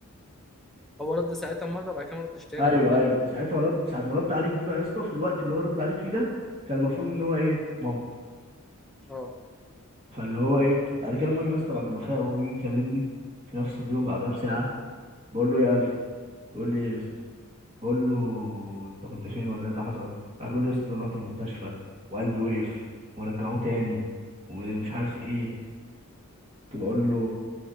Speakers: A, in the centre; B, on the right.
A: هو رد ساعتها مرة بعد كده ما ردش تاني
B: ايوه
A: بعدها
B: ايوه ساعتها رد ساعة ما رد عليك دي بقى يا اسطى في الوقت اللي هو رد عليك فيه ده كان المفروض ان هو ايه مامته
A: اه
B: فاللي هو ايه بعد كده المهم يا اسطى بعد ما فاق وجي يكلمني في نفس اليوم بعدها بساعة بقول له يا الف بيقول لي ايه يا اسطى بقول له انت كنت فين ولا ايه اللي حصل راح بيقول لي يا اسطى ده أنا رحت المستشفى وقلبي وقف ورجعوه تاني ومش عارف ايه كنت بقول له